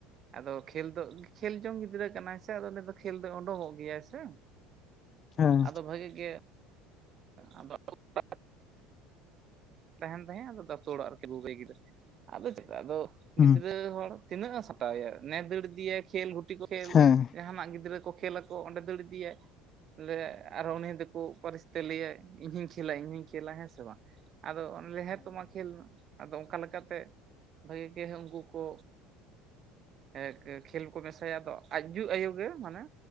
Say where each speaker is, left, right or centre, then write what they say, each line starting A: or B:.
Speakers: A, on the right; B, on the left.
A: ᱟᱫᱚ ᱠᱷᱮᱞ ᱫᱚ ᱠᱷᱮᱞ ᱡᱚᱝ ᱜᱤᱫᱽᱨᱟᱹ ᱠᱟᱱᱟᱭ ᱥᱮ ᱟᱫᱚ ᱩᱱᱤ ᱫᱚ ᱠᱷᱮᱞ ᱫᱚᱭ ᱩᱰᱩᱝᱚᱜ ᱜᱮᱭᱟᱭ ᱥᱮ᱾
B: ᱦᱮᱸ
A: ᱟᱫᱚ ᱵᱷᱟᱜᱤ ᱜᱮ, <inaudible> ᱛᱟᱦᱮᱱ ᱛᱟᱦᱮᱸᱫ <inaudible> ᱟᱫᱚ ᱪᱮᱫ ᱟᱫᱚ
B: ᱦᱩᱸ
A: ᱜᱤᱫᱽᱨᱟᱹ ᱦᱚᱲ ᱛᱤᱱᱟᱹᱜ-ᱮ ᱥᱟᱛᱟᱣᱮᱭᱟ ᱱᱮ ᱫᱟᱹᱲ ᱤᱫᱤᱭᱟᱭ ᱠᱷᱮᱞ ᱜᱩᱴᱤ ᱠᱚ ᱠᱷᱮᱞ
B: ᱦᱮᱸ
A: ᱡᱟᱦᱟᱱᱟᱜ ᱜᱤᱫᱽᱨᱟᱹ ᱠᱚ ᱠᱷᱮᱞᱟ ᱠᱚ ᱚᱸᱰᱮ ᱫᱟᱹᱲ ᱤᱫᱤᱭᱟᱭ ᱞᱮ ᱟᱨ ᱩᱱᱤ ᱫᱚᱠᱚ ᱯᱟᱨᱤᱥ ᱛᱮ ᱞᱟᱹᱭᱟᱭ ᱤᱧ ᱦᱩᱧ ᱠᱷᱮᱞᱟ ᱤᱧ ᱦᱩᱧ ᱠᱷᱮᱞᱟ ᱦᱮᱸ ᱥᱮ ᱵᱟᱝ, ᱟᱫᱚ ᱚᱱᱮ ᱞᱟᱹᱭᱟᱭ ᱦᱮᱸ ᱛᱚ ᱢᱟ ᱠᱷᱮᱞ ᱢᱮ᱾ ᱟᱫᱚ ᱚᱱᱠᱟ ᱞᱮᱠᱟᱛᱮ ᱵᱷᱟᱜᱮ ᱜᱮ ᱩᱱᱠᱩ ᱠᱚ ᱮ ᱠᱷᱮᱞ ᱠᱚ ᱢᱮᱥᱟᱭᱟ ᱟᱫᱚ ᱟᱡ ᱡᱩ ᱟᱭᱳ ᱜᱮ ᱢᱟᱱᱮ